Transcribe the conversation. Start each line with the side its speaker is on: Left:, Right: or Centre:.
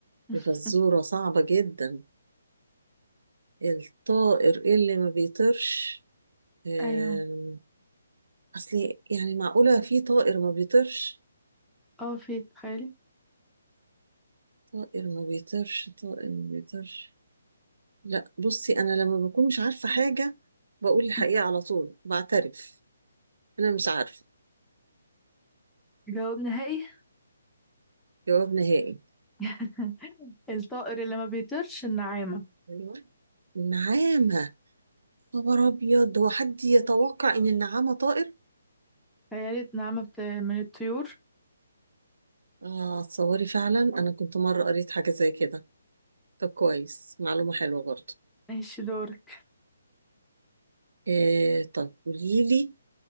Centre: <laughs>
Right: دي فزورة صعبة جدا الطائر اللي ما بيطيرش آم،
Centre: ايوه
Right: اصل يعني معقولة في طائر ما بيطيرش
Centre: اه في تخيلي
Right: طائر ما بيطيرش طائر ما بيطيرش لا بصي انا لما بكون مش عارفه حاجه بقول الحقيقه
Centre: <laughs>
Right: على طول بعترف انا مش عارفه
Centre: جواب نهائي
Right: جواب نهائي
Centre: <laughs> الطائر اللي ما بيطيرش النعامة
Right: ايوه النعامه خبر ابيض هو حد يتوقع ان النعامه طائر
Centre: خيالة نعامة بت... من الطيور
Right: اه تصوري فعلا انا كنت مره قريت حاجه زي كده طب كويس معلومه حلوه برضه
Centre: ماشي دورك
Right: آه طب قولي لي